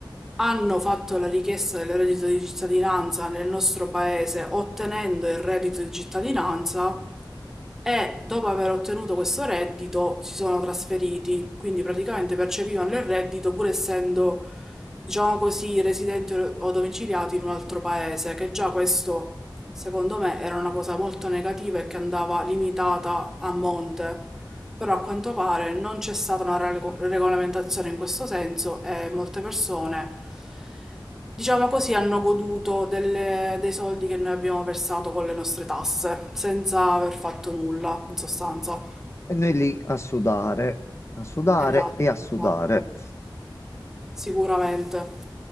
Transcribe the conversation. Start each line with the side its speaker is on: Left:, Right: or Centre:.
Centre: hanno fatto la richiesta del reddito di cittadinanza nel nostro paese ottenendo il reddito di cittadinanza e dopo aver ottenuto questo reddito si sono trasferiti, quindi praticamente percepivano il reddito pur essendo, diciamo così, residenti o o domiciliati in un altro paese, che già questo Secondo me era una cosa molto negativa e che andava limitata a monte, però a quanto pare non c'è stata una rego- regolamentazione in questo senso e molte persone, diciamo così, hanno goduto delle- dei soldi che noi abbiamo versato con le nostre tasse, senza aver fatto nulla, in sostanza.
Left: E noi lì a sudare, a sudare
Centre: Esatto,
Left: e a sudare.
Centre: esatto. Sicuramente.